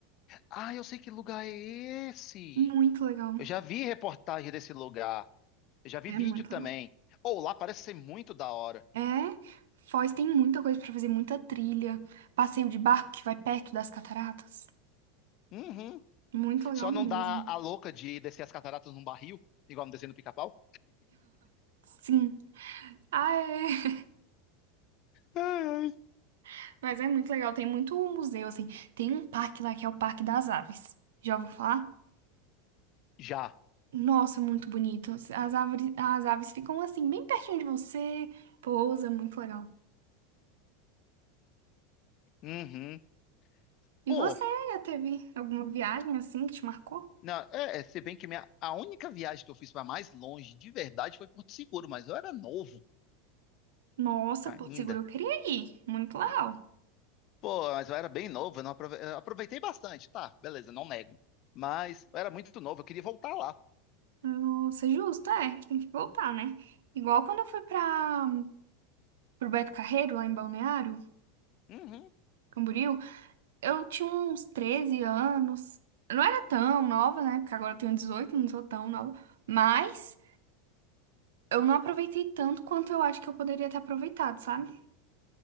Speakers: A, on the left; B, on the right.
A: Ah, eu sei que lugar é esse.
B: Muito legal.
A: Eu já vi reportagem desse lugar. Eu já vi vídeo
B: É muito
A: também.
B: legal.
A: Ou lá parece ser muito da hora.
B: É, Foz tem muita coisa pra fazer, muita trilha, passeio de barco que vai perto das cataratas.
A: Uhum.
B: Muito legal
A: Só não
B: mesmo.
A: dá a louca de descer as cataratas num barril, igual no desenho do Pica-Pau?
B: Sim. Ah, é.
A: Ai, ai.
B: <laughs> Mas é muito legal, tem muito museu assim. Tem um parque lá que é o Parque das Aves. Já ouviu falar?
A: Já.
B: Nossa, muito bonito. As árvores, as aves ficam assim bem pertinho de você, pousa, muito legal.
A: Uhum.
B: E
A: Pô,
B: você já teve alguma viagem assim que te marcou?
A: não, é, é, se bem que minha, a única viagem que eu fiz para mais longe, de verdade, foi Porto Seguro, mas eu era novo
B: Nossa,
A: ainda.
B: Porto Seguro eu queria ir. Muito legal.
A: Pô, mas eu era bem novo, eu não aprove- eu aproveitei bastante, tá, beleza, não nego. Mas eu era muito novo, eu queria voltar lá.
B: Nossa, justo, é, tem que voltar, né? Igual quando eu fui para pro Beto Carreiro, lá em Balneário,
A: Uhum,
B: Camboriú, eu tinha uns 13 anos. Eu não era tão nova, né? Porque agora eu tenho 18, não sou tão nova. Mas eu não aproveitei tanto quanto eu acho que eu poderia ter aproveitado, sabe?